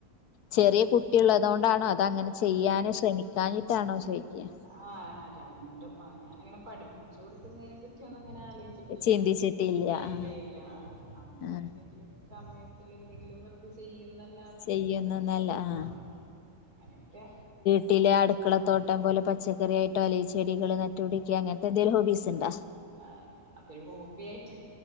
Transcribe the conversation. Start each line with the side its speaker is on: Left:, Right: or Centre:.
Left: ചെറിയ കുട്ടിയള്ളതുകൊണ്ടാണോ അത് അങ്ങനെ ചെയ്യാനോ ശ്രമിക്കാനിട്ടാണോ ചോദിക്ക്യാ
Right: ആഹ് രണ്ടും ഞാനങ്ങനെ പഠി പിച്ചു കൊടുക്കുന്നതിനെ പറ്റി ഒന്നും അങ്ങനെ ആലോചിച്ചിട്ടില്ല
Left: ചിന്തിച്ചിട്ടില്ല
Right: ഇല്ല
Left: ആഹ്
Right: ഇല്ല. നമ്മള്
Left: ആഹ്
Right: എന്തെങ്കിലും സമയത്തിന് എന്തെങ്കിലും വെറ് ഇത് ചെയ്യുന്നല്ലാതെ
Left: ചെയ്യുന്നന്നല്ല
Right: ആ
Left: ആഹ്
Right: അങ്ങനെക്കെ
Left: കുട്ടില അടുക്കള തോട്ടം പോലെ പച്ചക്കറി ആയിട്ടോ അല്ലെങ്കിൽ ചെടികൾ നട്ടുപടിക്കുക അങ്ങനത്തെ എന്തെങ്കിലും ഹോബീസ് ഉണ്ടോ?
Right: ആഹ് ല്ല. അതൊരു ഹോബി ആയിട്ട്